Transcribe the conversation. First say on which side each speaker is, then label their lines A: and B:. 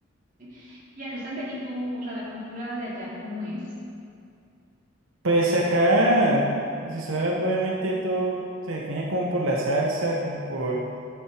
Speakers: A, on the right; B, on the right.
A: ¿Sí? Y Alexander, ¿y tú, o sea, la cultura de allá cómo es?
B: Pues acá, se suena, obviamente todo se define como por la salsa, como por,